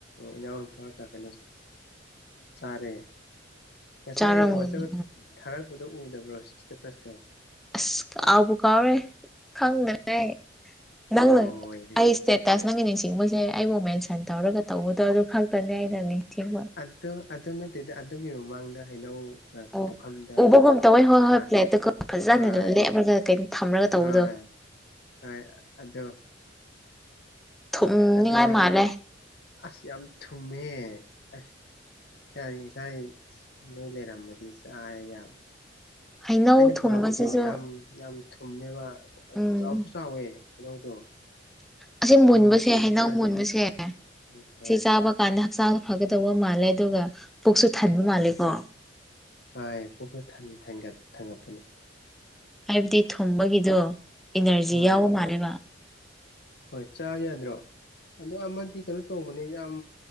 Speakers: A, on the left; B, in the centre.
A: ꯏꯅꯥꯎꯅꯨꯄꯥꯒ ꯀꯩꯅꯣ ꯆꯥꯔꯦ ꯉꯁꯥꯏ
B: ꯆꯥꯔꯝꯒꯅꯤ
A: ꯑꯣꯖꯕ ꯊꯥꯒꯠꯄꯗꯣ ꯎꯗꯕ꯭ꯔꯣ ꯁ꯭ꯇꯦꯇꯥꯁꯇꯣ
B: ꯑꯁ ꯀꯥꯎꯕꯨ ꯀꯥꯎꯔꯦ ꯈꯪꯗꯅꯦꯦ ꯅꯪꯅ
A: ꯂꯣꯏꯔꯦꯍꯦ
B: ꯑꯩ ꯏꯁꯇꯦꯠ ꯇꯁ ꯅꯪꯒꯤ ꯅꯤꯡꯁꯤꯡꯕꯁꯦ ꯑꯩꯕꯨ ꯃꯦꯟꯁꯟ ꯇꯧꯔꯒ ꯇꯧꯕꯗꯣ ꯑꯗꯨ ꯈꯛꯇꯅꯦ ꯑꯩꯅ ꯅꯤꯡꯁꯤꯡꯕ
A: ꯑꯗꯨ ꯑꯗꯨ ꯅꯠꯇꯦꯗ ꯑꯗꯨꯒꯤ ꯃꯃꯥꯡꯗ ꯍꯩꯅꯧ
B: ꯑꯣ
A: ꯄꯨꯈꯝꯗ
B: ꯎꯕꯒꯨꯝ ꯇꯧꯋꯦ ꯍꯣꯏ
A: ꯈꯥ
B: ꯍꯣꯏ ꯄ꯭ꯂꯦꯠꯇꯨꯒ ꯐꯖꯅ
A: ꯍꯣꯏ
B: ꯂꯦꯞꯔꯒ ꯀꯩꯅꯣ ꯊꯝꯃꯒ ꯇꯧꯕꯗꯣ
A: ꯍꯣꯏ ꯍꯣꯏ ꯑꯗꯣ
B: ꯊꯨꯝꯅꯤꯡꯉꯥꯏ
A: ꯑꯗꯨꯅꯦ
B: ꯃꯥꯜꯂꯦ
A: ꯑꯁ ꯌꯥꯝ ꯊꯨꯝꯃꯦ ꯑꯁ ꯌꯥ ꯉꯁꯥꯏ ꯅꯣꯏ ꯂꯩꯔꯃꯗꯤ ꯆꯥ ꯌꯥꯕ
B: ꯍꯩꯅꯧ
A: ꯑꯩꯅ
B: ꯊꯨꯝꯕꯁꯤꯁꯨ
A: ꯄꯨꯔꯛꯄꯗꯣ ꯌꯥꯝ ꯌꯥꯝ ꯊꯨꯝꯅꯦꯕ
B: ꯎꯝ
A: ꯆꯥꯎꯁꯨ ꯆꯥꯎꯋꯦ ꯍꯩꯅꯧꯗꯣ
B: ꯑꯁꯤ
A: ꯑꯗꯨꯒ
B: ꯃꯨꯟꯕꯁꯦ
A: ꯃꯆꯨꯁꯨ
B: ꯍꯩꯅꯧ
A: ꯐꯖꯩ
B: ꯃꯨꯟꯕꯁꯦ
A: ꯎꯝ ꯍꯣꯏ
B: ꯁꯤ ꯆꯥꯕ ꯀꯥꯟꯗ ꯍꯛꯆꯥꯡꯗ ꯐꯒꯗꯧꯕ ꯃꯥꯜꯂꯦ ꯑꯗꯨꯒ ꯄꯨꯛꯁꯨ ꯊꯟꯕ ꯃꯥꯜꯂꯦ
A: ꯎꯝ
B: ꯀꯣ
A: ꯍꯣꯏ ꯄꯨꯛꯁꯨ ꯊꯟ ꯊꯟꯒꯠ ꯊꯟꯒꯠꯄꯅꯤ
B: ꯍꯥꯏꯕꯗꯤ ꯊꯨꯝꯕꯒꯤꯗꯣ ꯏꯅꯔꯖꯤ
A: ꯍꯣꯏ
B: ꯌꯥꯎꯕ ꯃꯥꯜꯂꯦꯕ
A: ꯍꯣꯏ ꯆꯥ ꯌꯥꯗ꯭ꯔꯣ ꯑꯗꯣ ꯑꯃꯗꯤ ꯀꯩꯅꯣ ꯇꯧꯕꯅꯦ ꯌꯥꯝ